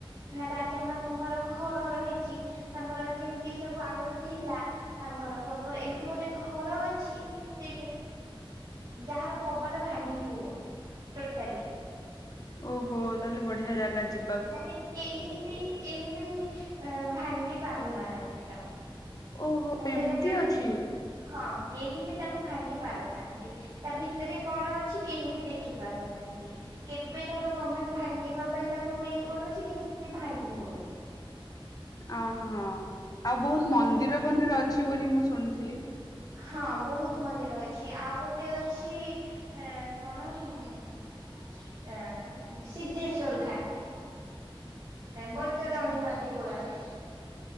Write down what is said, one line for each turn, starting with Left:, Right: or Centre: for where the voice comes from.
Right: ରାଜା ମାନଙ୍କର ଘର ରହିଛି। ତାଙ୍କର ଯେମିତି ସବୁ ଆଗରୁ ଥିଲା। ତାଙ୍କର ପ୍ରପର ଏମିତି ଗୋଟେ ଘର ଅଛି ସେଠି ଯାହାର କବାଟ ଭାଙ୍ଗି ହଉନି ଟୋଟାଲି।
Left: ଓହୋ ତାହେଲେ ବଢିଆ ଜାଗା ଯି
Right: ମାନେ କେହି ବି କେହି ବି ଭାଙ୍ଗି ପାରୁନାହାନ୍ତି ତାକୁ।
Left: ଓହୋ
Right: ନା
Left: ଏମିତି
Right: ସେଟା କା
Left: ଅଛି।
Right: ହଁ କେହି ବି ତାକୁ ଭାଙ୍ଗି ପାରୁନାହାନ୍ତି। ତା ଭିତରେ କଣ ଅଛି କେହି ବି ଦେଖି ପାରୁନାହାନ୍ତି। କେବେଟାରୁ ଗଭର୍ଣ୍ଣମେଣ୍ଟ ଭାଙ୍ଗିବା ପାଇଁ ତାକୁ ଇଏ କରୁଛି କିନ୍ତୁ ସି ଭାଙ୍ଗି ହଉନି।
Left: ଅହୋ ଆଉ ବହୁତ
Right: ଏମିତି
Left: ମନ୍ଦିର
Right: ଗୋଟେ
Left: ଫନ୍ଦିର ଅଛି ବୋଲି ମୁଁ ଶୁଣିଥିଲି?
Right: ହଁ ବହୁତ ମନ୍ଦିର ଅଛି ଆଉ ଗୋଟେ ଅଛି ଆ କଣ ସିଦ୍ଧେଶ୍ୱର ଘାଟ। ବୈତରଣୀ
Left: ଆଚ୍ଛା
Right: ନଦୀ କୂଳରେ।